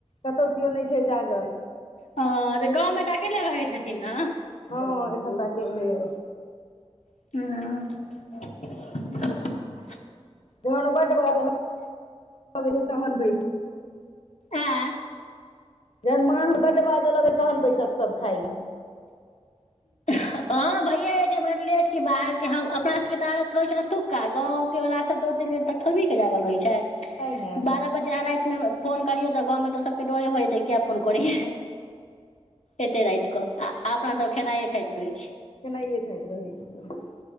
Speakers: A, on the left; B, on the left.
A: कतहु केओ नै छै जागल
B: हँ तऽ गाँवमे तऽ अकेले रहैत हेथिन न
A: हँ एखन त अकेले अइ
B: हं
A: जहन ओ बड बाज लगबै तहन बैसतै
B: ऐं
A: जहन माँ हमर बड्ड बाजऽ लागत तहन बैसब सब खाय ल
B: हँ भैयए जाइ छै बड लेट कि बाहरके अपना सबके तऽ आदत रहै छै एतुका गाँव कियौ राखत त ओते लेट तक थोरबी के जागल रहै छै
A: तैं ने
B: बारह बजे आंहा राति में फोन करियौ तऽ गाँवं तऽ सबके डोरे भजेतै किया फोन करै या एते राति क आ अपना सब खेनाइए खाइत रहै छी
A: केेनाइए खाइत रहै छै